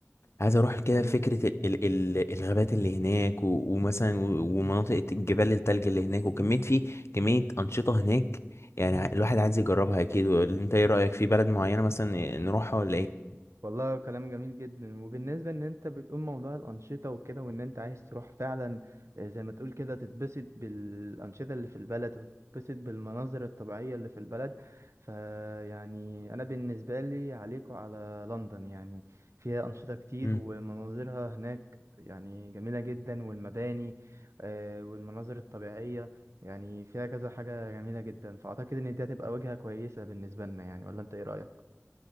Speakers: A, on the left; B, on the right.
A: عايز اروح كده
B: جميل
A: فكره ال ال ال الغابات اللي هناك و- ومثلا و- ومناطق الجبال التلج اللي هناك وكميه في كميه انشطه هناك يعني ع- الواحد عايز يجربها اكيد ولا انت ايه رايك في بلد معينه مثلا نروحها ولا ايه
B: والله كلام جميل جدا وبالنسبة ان انت بتقول موضوع الانشطة وكده وان انت عايز تروح فعلا آه، زي ما تقول كده تتبسط بالانشطة اللي في البلد وتتبسط بالمناظر الطبيعية اللي في البلد فيعني انا بالنسبة لي عليك وعلى لندن يعني فيها انشطة كتير
A: مم.
B: ومناظرها هناك يعني جميلة جدا والمباني آه، والمناظر الطبيعية يعني فيها كذا حاجة جميلة جدا فأعتقد إن دي هتبقى وجهة كويسة بالنسبة لنا يعني ولا أنت إيه رأيك؟